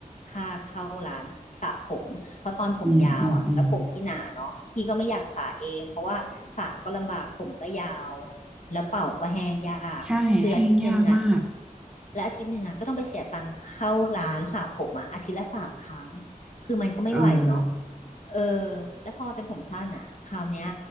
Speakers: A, on the left; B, in the centre.
A: ค่าเข้าร้านสระผมเพราะตอนผมยาวอ่ะแล้วผมพี่หนาเนาะพี่ก็ไม่อยากสระเองเพราะว่าสระก็ลำบากผมก็ยาว
B: อืมอืมอืม
A: แล้วเป่าก็แห้งยากคืออาทิตย์หนึ่งอ่ะ
B: ใช่แห้งยากมาก
A: และอาทิตย์หนึ่งอ่ะก็ต้องไปเสียตังค์เข้าร้านสระผมอ่ะอาทิตย์ละสามครั้งคือมันก็ไม่ไหวเนาะ
B: เออ
A: เออ แล้วพอมาเป็นผมสั้นอ่ะคราวเนี้ย